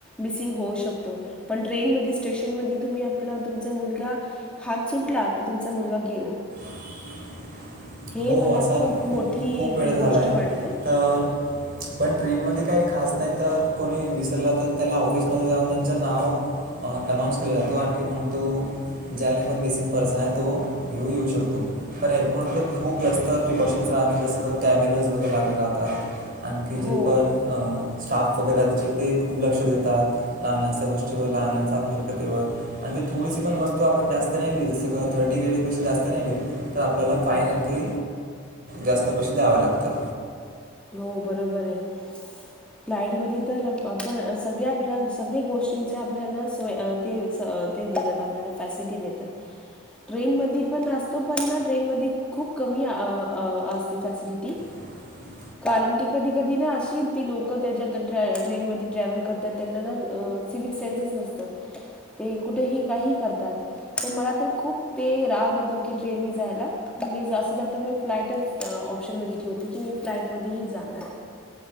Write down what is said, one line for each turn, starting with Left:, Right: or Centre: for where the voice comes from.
Centre: मिसिंग होऊ शकतो पण ट्रेन मध्ये स्टेशन तुम्ही आपलं तुमचा मुलगा हात सुटला की तुमचा मुलगा गेला
Right: <unintelligible>
Centre: हे
Right: हो
Centre: मला
Right: असा
Centre: मोठी
Right: खूप खूप वेळ
Centre: ती
Right: झालाय
Centre: गोष्ट वाटते.
Right: तर पण ट्रेनमध्ये काही खास नाही तर कोणी विसरला तर त्याला ऑफिसमध्ये जाऊन त्यांच नाव अनाऊन्स केलं जातं आणखी मग तो ज्याने पण मिसिंग पर्सन आहे तो घेऊन येऊ शकतो पण एअरपोर्टवर खूप जास्त प्रिकॉशन्स राहते जसं का कॅमेरेज वगैरे लागले जातात आणखी
Centre: हो,
Right: जे पण अ स्टाफ वगैरे जे ते खूप लक्ष देतात लहनशा गोष्टींवर लहानांच्या प्रक्रुतीवर आणि थोडीशी पण वस्तू आपण जास्त नेली जसं थर्टीगिरी पेक्षा जास्त नेली तर आपल्याला फाइन ते जास्त पैसे द्यावे लागतात
Centre: हो बरोबर आहे लाईट मध्ये तर आपण सगळे आपल्या सगळ्या गोष्टींचे आपल्याला ते ते देतात आपला फॅसिलिटी देतात ट्रेन मध्ये पण असतो पण ना ट्रेन मध्ये खूप कमी अ अ असते फॅसिलिटी
Right: <unintelligible>
Centre: कारण की कधी कधी ना असे आहेत ती लोकं त्याच्या ट्रेन मध्ये ट्रॅव्हल करतात त्यांना ना सिविक सेन्सच नसतात ते कुठेही काहीही करतात तर मला तर खूप ते राग येतो की ट्रेननी जायला मी जास्त ज मी फ्लाइटच ऑप्शन मध्ये ठेवते की मी फ्लाटमध्ये जाणार आहे